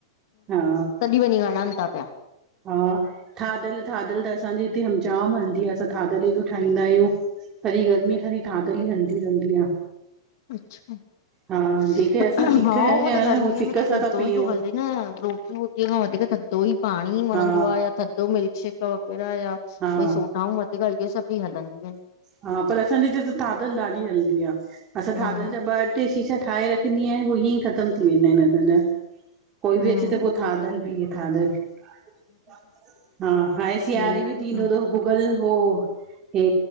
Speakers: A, on the right; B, on the left.
A: हा
B: कॾहिं वंञी वणनि था पिया।
A: हा थादल, थादल त असांजी हिते हम जाम हलंदी आहे, असां थाधल ॾ ठाहींदा आहियूं, सॼी गर्मी सॼी थादल ई हलंदी रहंदी आ।
B: अच्, छा
A: हा जेके असां सिक
B: हा
A: आहिनि
B: उहो त गर्मी
A: सिक
B: अ में त
A: सां
B: थदो
A: था पीयूं
B: ई त हल न रोटी वोटीअ खां वधीक थधो ई पाणी वणंदो
A: हा
B: आ या थधो मिल्क शेक वग़ैरह या
A: हा
B: भई सोडाऊं ॻाल। हे सब भी हलंदीूं आहिन।
A: हा, पर असांजे हिते त थादल ॾाढी हलदी आ, असां
B: हम्म
A: थादल जा ॿ ट्रे शीशा ठाहे रखंदी आहयां, उओ इंएइ ख़तम थी वेंदा आहिन। कोई
B: हम्म
A: बि अचे त पो थाधल पिये थाधल। हा, हाण सिआरे
B: ठीकु
A: बि थींदो
B: आ
A: त भुगल हो हे